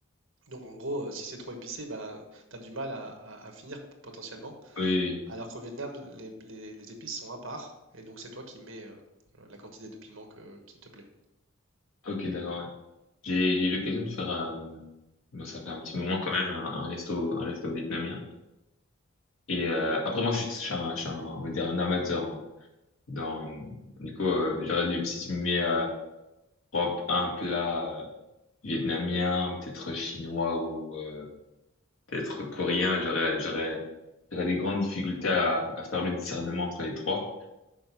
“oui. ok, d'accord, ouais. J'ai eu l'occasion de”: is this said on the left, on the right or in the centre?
Left